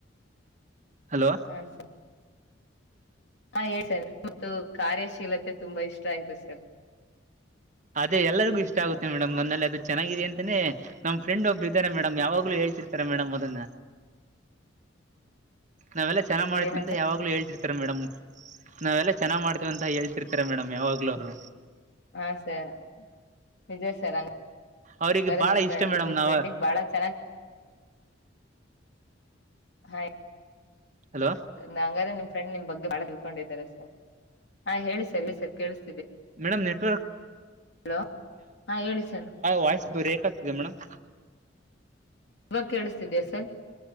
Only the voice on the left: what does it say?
ಹಾ ಸರ್ ಹಾ ಮತ್ತು ಕಾರ್ಯಶೀಲತೆ ತುಂಬಾ ಇಷ್ಟ. Thank you sir.
ಏನಂತ
ಹಾ ಸರ್ ನಿಜ ಸರ್ ಹಂಗೆ.
ಸರಿ
ನಿಮ್ ಫ್ರ್ಡ್
ನಿಮ್
ಫ್ರೆಂಡಗ್ ಬಾಳ ಚೆನ್ನಾಗಿ ಹೈ.
ನಂಗ್ರ ನಿಮ್. ಫ್ರೆಂಡ್ ನಿಮ್ ಬಗ್ಗೆ ಬಾಳ ತಿಳ್ಕೊಂಡಿದಿದ್ದಾರೆ ಸರ್ ಹಾ ಹೇಳಿ ಸರ್ ಹೇಳಿ ಸರ್ ಕೇಲ್ಸ್.
ಹಲೋ ಹಾ ಹೇಳಿ ಸರ್
ಇವಾಗ ಕೇಳಿಸ್ತಿದ್ಯಾ ಸರ್